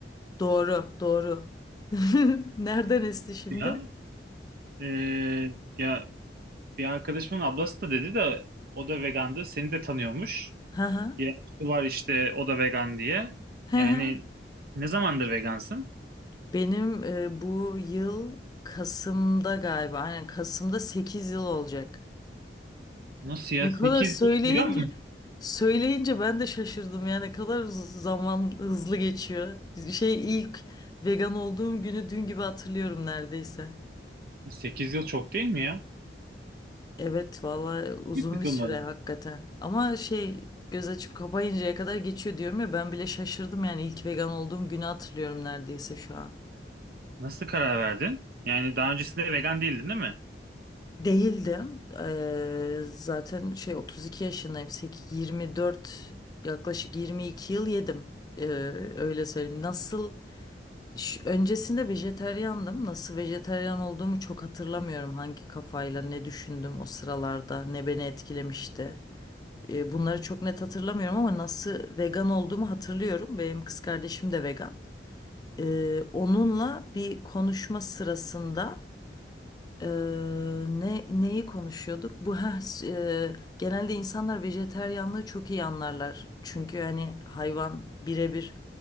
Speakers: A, on the left; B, on the right.
A: Doğru, doğru. <laughs> Nereden esti şimdi?
B: Ya, Ee, ya bir arkadaşımın ablası da dedi de o da vegandı. Seni de tanıyormuş.
A: Hı hı.
B: İrem Su var işte o da vegan diye.
A: Hı
B: Yani
A: hı.
B: ne zamandır vegansın?
A: Benim e, bu yıl Kasım'da galiba. Aynen Kasım'da 8 yıl olacak.
B: Nasıl ya?
A: Ne
B: 8
A: kadar söyleyince
B: yıl vegan mı?
A: söyleyince ben de şaşırdım ya ne kadar hız- zaman hızlı geçiyor. Şey ilk vegan olduğum günü dün gibi hatırlıyorum neredeyse.
B: Sekiz yıl çok değil mi ya?
A: Evet vallahi uzun
B: Hiç sıkılmadın.
A: bir süre hakikaten. Ama şey göz açıp kapayıncaya kadar geçiyor diyorum ya ben bile şaşırdım yani ilk vegan olduğum günü hatırlıyorum neredeyse şu an.
B: Nasıl karar verdin? Yani daha öncesinde vegan değildin değil mi?
A: Değildim. Eee, zaten şey 32 yaşındayım. Sek- 24 yaklaşık 22 yıl yedim. Eee, öyle söyleyeyim. Nasıl ş- öncesinde vejeteryandım. Nasıl vejeteryan olduğumu çok hatırlamıyorum. Hangi kafayla ne düşündüm o sıralarda ne beni etkilemişti. E, bunları çok net hatırlamıyorum ama nasıl vegan olduğumu hatırlıyorum. Benim kız kardeşim de vegan. E, onunla bir konuşma sırasında Eee, ne neyi konuşuyorduk? Bu ha genelde insanlar vejeteryanlığı çok iyi anlarlar. Çünkü hani hayvan birebir